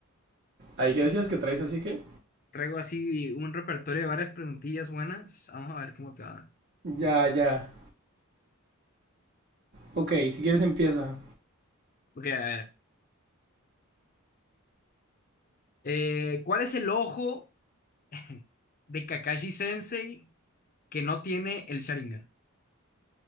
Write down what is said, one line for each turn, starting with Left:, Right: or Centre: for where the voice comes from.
Right: ¿Ahí qué decías que traes así que?
Left: traigo así un repertorio de varias preguntillas buenas. Vamos a ver cómo te va.
Right: Ya, ya. Ok, si quieres empieza.
Left: Ok, a ver. Eh, ¿cuál es el ojo <laughs> de Kakashi Sensei que no tiene el Sharingan?